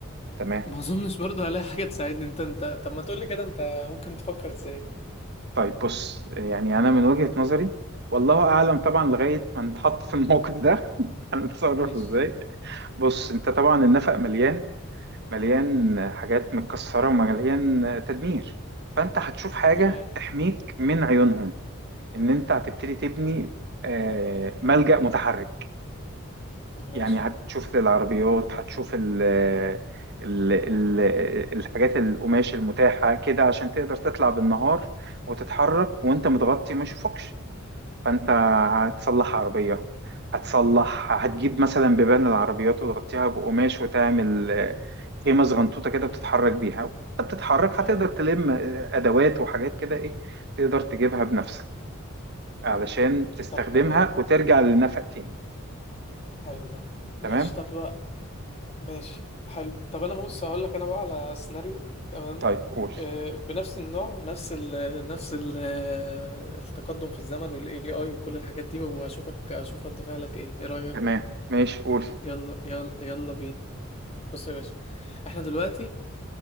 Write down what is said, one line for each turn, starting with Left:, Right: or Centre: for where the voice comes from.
Right: تمام
Left: ما اظنش برضه هلاقي حاجة تساعدني انت انت طب ما تقولي كده انت ممكن تفكر ازاي
Right: طيب بص يعني انا من وجهة نظري والله اعلم طبعا لغايه ما نتحط في الموقف ده <laughs> هنتصرف
Left: ماشي
Right: ازاي بص انت طبعا النفق مليان مليان حاجات متكسره ومليان تدمير فانت هتشوف حاجه
Left: تمام
Right: تحميك من عيونهم ان انت هتبتدي تبني آه، ملجأ متحرك
Left: ماشي
Right: يعني هتشوف للعربيات هتشوف ال ال ال الحاجات القماش المتاحه كده عشان تقدر تطلع بالنهار وتتحرك وانت متغطي وما يشوفوكش فانت هتصلح عربية هتصلح هتجيب مثلا بيبان العربيات وتغطيها بقماش وتعمل آه، خيمة صغنطوطة كده بتتحرك بيها وانت بتتحرك
Left: اه
Right: هتقدر تلم آه، أدوات وحاجات كده إيه تقدر تجيبها بنفسك علشان تستخدمها
Left: طب حلو ده
Right: وترجع للنفق تاني
Left: حلو ده ماشي
Right: تمام
Left: طب بقى ماشي حلو طب انا بص هقول لك انا بقى على سيناريو تمام
Right: طيب قول
Left: آه بنفس النوع ونفس ال نفس ال التقدم في الزمن والاي اي وكل الحاجات دي واشوفك اشوف رد فعلك ايه ايه رأيك
Right: تمام ماشي قول
Left: يلا يلا يلا بينا بص يا باشا احنا دلوقتي